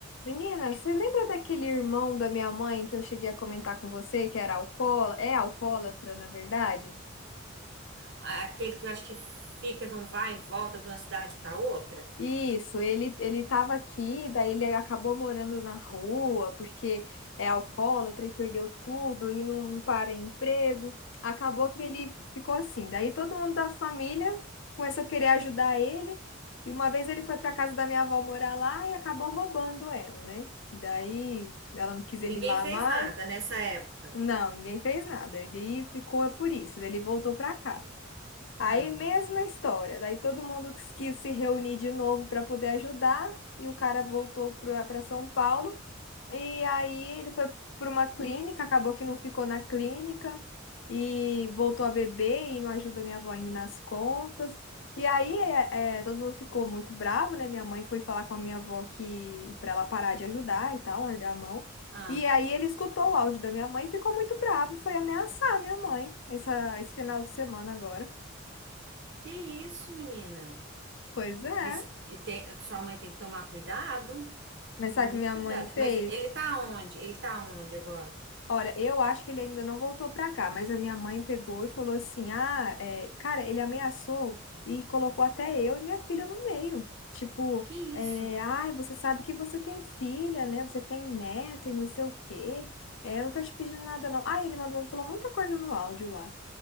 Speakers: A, on the left (about 65°); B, on the right (about 60°).
A: Menina, você lembra daquele irmão da minha mãe que eu cheguei a comentar com você, que era alcoólatra, é alcoólatra, na verdade?
B: aquele que eu acho que fica num vai e volta de uma cidade para outra.
A: Isso, ele ele estava aqui, daí ele acabou morando na rua porque é alcoólatra e perdeu tudo e não, não para em emprego. Acabou que ele ficou assim. Daí todo mundo da família começou a querer ajudar ele. E uma vez ele foi para casa da minha avó morar lá e acabou roubando ela, né? Daí ela não quis
B: E
A: ele
B: ninguém
A: lá
B: fez
A: mais.
B: nada nessa época.
A: Não, ninguém fez nada. Ele ficou por isso, ele voltou pra cá. Aí,
B: Hum.
A: mesma história. Daí todo mundo quis quis se reunir de novo para poder ajudar e o cara voltou para São Paulo. E aí ele foi para uma clínica, acabou que não ficou na clínica e voltou a beber e não ajuda minha avó em- nas contas. E aí é, é, todo mundo ficou muito bravo, né? Minha mãe foi falar com a minha avó que para ela parar de ajudar e tal, largar a mão.
B: Ah,
A: E aí ele escutou o áudio da minha mãe e ficou muito bravo e foi ameaçar a minha mãe essa, esse final de semana agora.
B: que isso, menina?
A: Pois é.
B: Mas e tem- sua mãe tem que tomar cuidado,
A: Mas
B: muito
A: sabe o que minha
B: cuidado.
A: mãe fez?
B: Mas ele tá onde? Ele tá onde agora?
A: Olha, eu acho que ele ainda não voltou pra cá, mas a minha mãe pegou e falou assim: ah, é, cara, ele ameaçou e colocou até eu e minha filha no meio. Tipo,
B: Que isso
A: é, ai, você sabe que você tem filha, né? Você tem neta e não sei o quê. É, eu não tô te pedindo nada, não. Ah, ele mandou, falou muita coisa no áudio lá.